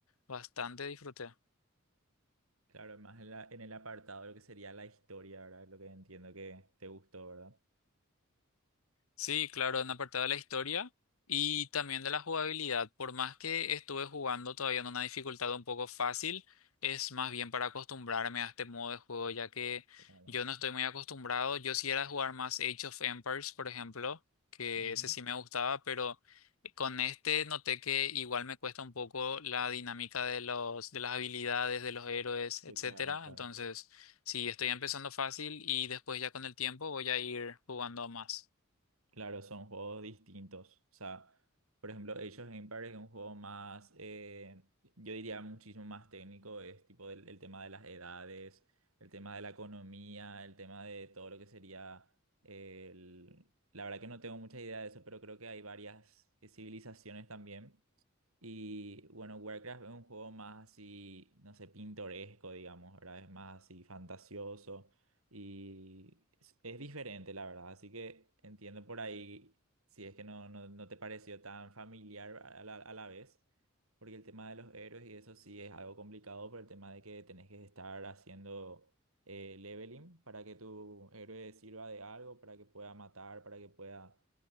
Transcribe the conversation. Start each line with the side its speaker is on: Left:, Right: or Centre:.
Left: bastante disfruté.
Right: Claro, más en la- en el apartado de lo que sería la historia, ¿verdad? Lo que entiendo que te gustó, ¿verdad?
Left: Sí, claro, en apartado de la historia y también de la jugabilidad. Por más que estuve jugando todavía en una dificultad un poco fácil, es más bien para acostumbrarme a este modo de juego, ya que
Right: Claro.
Left: yo no estoy muy acostumbrado. Yo sí era de jugar más Age of Empires, por ejemplo, que
Right: Ujú.
Left: ese sí me gustaba, pero con este noté que igual me cuesta un poco la dinámica de los, de las habilidades, de los héroes,
Right: Sí,
Left: etcétera.
Right: claro, claro.
Left: Entonces, sí, estoy empezando fácil y después ya con el tiempo voy a ir jugando más.
Right: Claro, son juegos distintos. O sea, por ejemplo, Age of Empires es un juego más, eh, yo diría muchísimo más técnico, es tipo el, el tema de las edades, el tema de la economía, el tema de todo lo que sería el... La verdad que no tengo mucha idea de eso, pero creo que hay varias eh, civilizaciones también. Y bueno, Warcraft es un juego más así, no sé, pintoresco, digamos, ¿verdad? Es más así fantasioso y es, es diferente, la verdad. Así que entiendo por ahí si es que no, no, no te pareció tan familiar a la, a la vez, porque el tema de los héroes y eso sí es algo complicado por el tema de que tenés que estar haciendo eh, leveling para que tu héroe sirva de algo, para que pueda matar, para que pueda